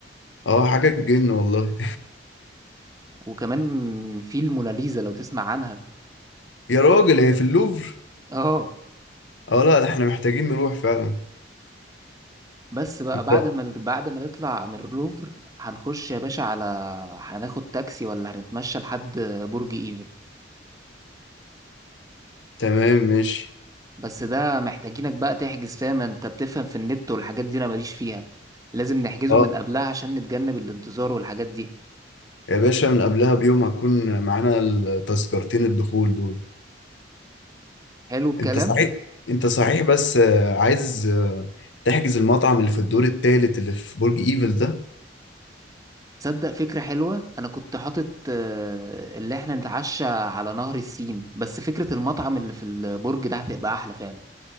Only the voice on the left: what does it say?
اه حاجة تجن والله
<laughs> يا راجل هي في اللوفر
اه لا ده احنا محتاجين نروح فعلا
انت
<laughs> تمام ماشي
اه
يا باشا من قبلها بيوم هكون معانا التذكرتين الدخول دول
انت صحيح انت صحيح بس آه، عايز آه، تحجز المطعم اللي في الدور التالت اللي في برج ايفل ده